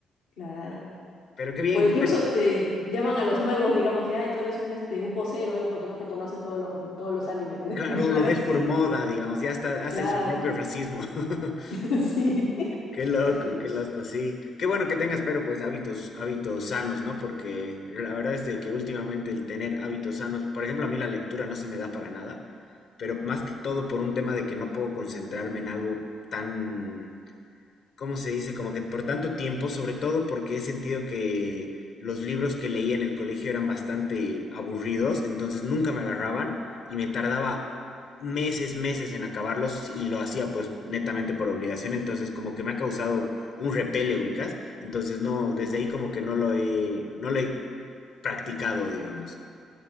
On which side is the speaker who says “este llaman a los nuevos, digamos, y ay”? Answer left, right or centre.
Left